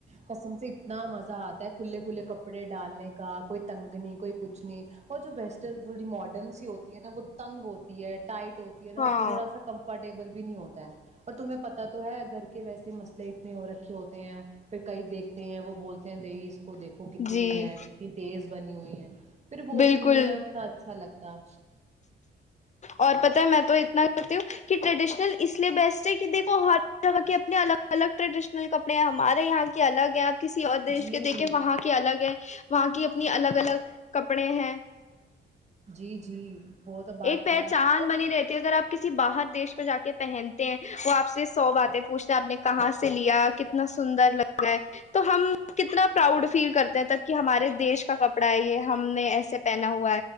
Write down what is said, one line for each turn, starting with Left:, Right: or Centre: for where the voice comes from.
Right: کسم سے اتنا مزہ آتا ہے کھے کھلے کپڑے ڈالنے کا کوئی تنگ نہیں کوئی کچھ نہیں اور جو ویسٹرن تھی ماڈرن سی ہوتی ہے نا وہ تنگ ہوتی ہے ٹائٹ ہوتی ہے نا
Left: ہاں
Right: اس میں تھوڑا سا کمفرٹ ٹیبل بھی نہیں ہوتا ہے اور تمہیں پتہ تو ہے گھر کے ویسے مسلے اتنے ہو رکھے ہوتے ہیں پھر کئی دیکھتے ہیں وہ بولتے دئی اس کو دیکھو کتنی
Left: جی
Right: ہے کتنی تیز بنی ہوئی ہیں پھر وہ
Left: بالکل
Right: بھی نہیں نا ا اچھا لگتا
Left: اور پت ہے میں تو اتنا کرتی ہوں کہ ٹریڈیشنل اس لیے بیسٹ ہے کہ دیکھ وہ ہر جگہ کے اپنے الگ الگ ٹریڈیشنل کپڑے ہیں ہمارے یہاں کے الگ ہیں آپ کسی اور دیش
Right: جی
Left: کے دیکھیں وہاں کے الگ ہے وہاں کی اپنی الگ الگ کپڑے ہیں
Right: جی جی وہ تو بات
Left: ایک پہ
Right: ہے
Left: چاند
Right: اور
Left: بنی رہتی ہے اگر آپ کسی باہر دیش میں جا کے پہن وہ آپ سے سو باتیں پوچھتے ہیں آپ نے کہاں سے لیا کتنا سندر لگا ہے تو ہم کتنا پراؤڈ فیل کرتے ہیں تب کہ ہمارے دیش کا کپڑا ہے یہ ہم نے ایسے پہنا ہو <unintelligible>